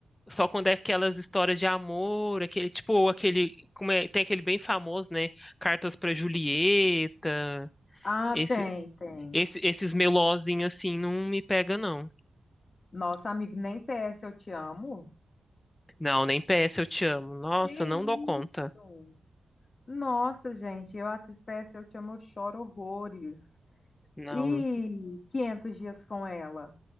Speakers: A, on the left; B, on the left.
A: só quando é aquelas histórias de amor, aquele, tipo, aquele, como é, tem aquele bem famoso, né? Cartas pra Julieta.
B: Ah,
A: Esse,
B: tem, tem.
A: esse, esses melozinhos assim não me pega, não.
B: Nossa, amigo, nem PS Eu Te Amo.
A: Não, nem PS eu te amo. Nossa,
B: Que isso?
A: não dou conta.
B: Nossa, gente, eu assisto PS Eu Te Amo, eu choro horrores.
A: Não.
B: E 500 dias com ela.